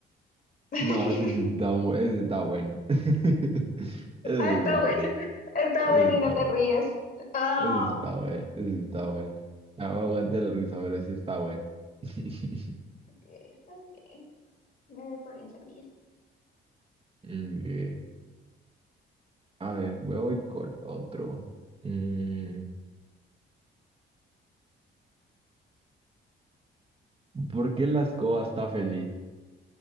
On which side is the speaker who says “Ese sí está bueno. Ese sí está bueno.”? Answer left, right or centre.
Right